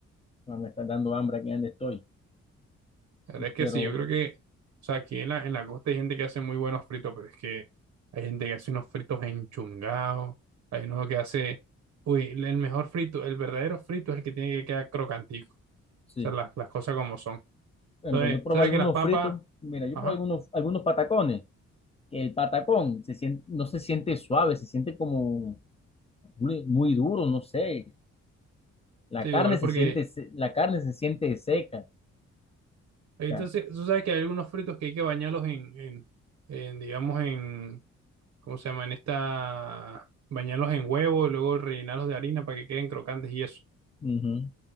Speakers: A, on the left; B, on the right.
A: Ah, me está dando hambre aquí donde estoy.
B: La verdad es que
A: Pero
B: sí, yo creo que, o sea, aquí en la, en la costa hay gente que hace muy buenos fritos, pero es que hay gente que hace unos fritos enchungados, hay uno que hace, uy, el el mejor frito, el verdadero frito es el que tiene que quedar crocantico, o
A: sí,
B: sea, las, las cosas como son.
A: por
B: Entonces,
A: ejemplo, yo
B: tú
A: probé
B: sabes
A: algunos
B: que las papas,
A: fritos. Mira, yo
B: ajá,
A: probé algunos, algunos patacones. que El patacón se sien- no se siente suave, se siente como muy muy duro, no sé. La
B: sí, igual
A: carne se
B: porque,
A: siente, se- la carne se siente seca.
B: entonces,
A: ya
B: tú sabes que hay algunos fritos que hay que bañarlos en, en, en, digamos, en, ¿cómo se llama? En esta, bañarlos en huevo y luego rellenarlos de harina para que queden crocantes y eso.
A: Ujú.